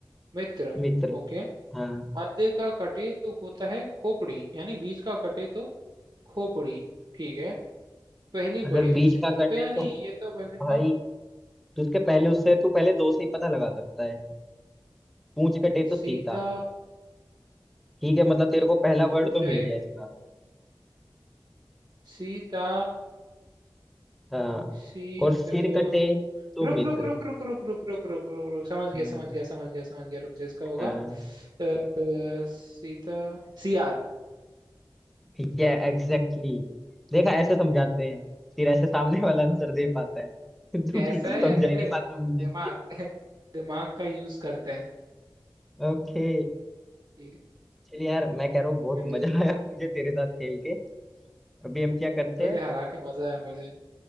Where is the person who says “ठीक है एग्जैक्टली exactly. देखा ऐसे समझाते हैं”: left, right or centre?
Centre